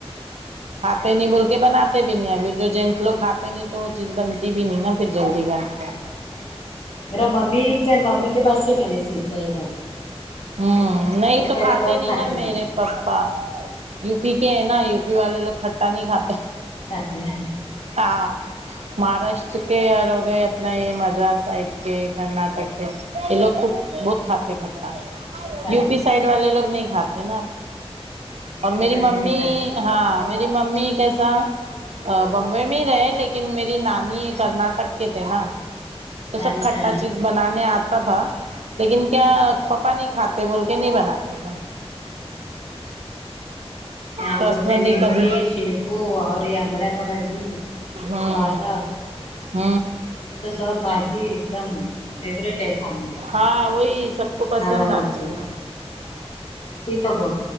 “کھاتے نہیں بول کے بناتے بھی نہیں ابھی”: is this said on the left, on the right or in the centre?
Right